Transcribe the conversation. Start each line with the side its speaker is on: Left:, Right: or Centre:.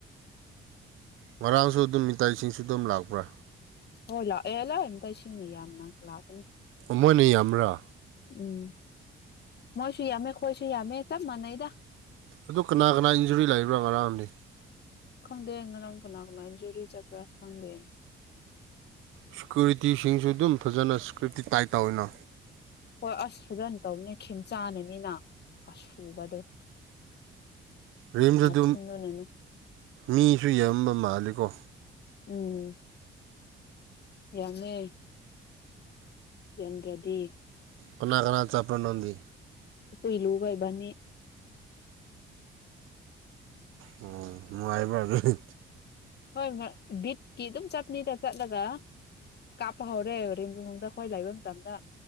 Right: ꯉꯔꯥꯡꯁꯨ ꯑꯗꯨꯝ ꯃꯤꯇꯩꯁꯤꯡꯁꯨ ꯑꯗꯨꯝ ꯂꯥꯛꯄ꯭ꯔꯥ
Left: ꯍꯣꯏ ꯂꯥꯛꯑꯦ ꯂꯥꯛꯑꯦ ꯃꯤꯇꯩꯁꯤꯡꯅ ꯌꯥꯝꯅ ꯂꯥꯛꯄꯅꯦ
Right: ꯃꯣꯏꯅ ꯌꯥꯝꯕꯔꯥ
Left: ꯎꯝ ꯃꯣꯏꯁꯨ ꯌꯥꯝꯃꯦ ꯈꯣꯏꯁꯨ ꯌꯥꯝꯃꯦ ꯆꯞ ꯃꯥꯟꯅꯩꯗ
Right: ꯑꯗꯨ ꯀꯅꯥ ꯀꯅꯥ ꯏꯟꯖꯨꯔꯤ ꯂꯩꯕ꯭ꯔꯥ ꯉꯔꯥꯡꯗꯤ
Left: ꯈꯪꯗꯦ ꯉꯔꯥꯡ ꯀꯅꯥ ꯀꯅꯥ ꯏꯟꯖꯨꯔꯤ ꯆꯠꯄꯔꯥ ꯈꯪꯗꯦ
Right: ꯁꯦꯀ꯭ꯌꯨꯔꯤꯇꯤꯁꯤꯡꯁꯨ ꯑꯗꯨꯝ ꯐꯖꯅ ꯁꯦꯀ꯭ꯌꯨꯔꯤꯇꯤ ꯇꯥꯏꯠ ꯇꯧꯋꯦꯅ
Left: ꯍꯣꯏ ꯑꯁ ꯐꯖꯅ ꯇꯧꯅꯤ ꯈꯦꯝꯆꯥꯥꯟꯅꯅꯤꯅ <unintelligible>
Right: ꯔꯤꯝꯖ ꯑꯗꯨꯝ
Left: ꯊꯨꯝꯗꯨꯅꯅꯦ
Right: ꯃꯤꯁꯨ ꯌꯥꯝꯕ ꯃꯥꯜꯂꯤꯀꯣ
Left: ꯎꯝ ꯌꯥꯝꯃꯦ ꯌꯥꯝꯗ꯭ꯔꯗꯤ
Right: ꯀꯅꯥ ꯀꯅꯥ ꯆꯠꯄꯔꯥ ꯅꯪꯗꯤ
Left: ꯑꯩꯈꯣꯏ ꯂꯨꯒ ꯏꯕꯅꯤ
Right: ꯑꯣ ꯅꯨꯡꯉꯥꯏꯕ ꯑꯗꯨꯗꯤ
Left: ꯍꯣꯏ ꯍꯣꯏ ꯕꯤꯠꯀꯤ ꯑꯗꯨꯝ ꯆꯠꯄꯅꯤꯗ ꯆꯠꯂꯒ ꯀꯥꯞꯄ ꯍꯧꯔꯦ ꯔꯤꯝꯁꯂꯣꯝꯗ ꯑꯩꯈꯣꯏ ꯂꯩꯕ ꯃꯇꯝꯅ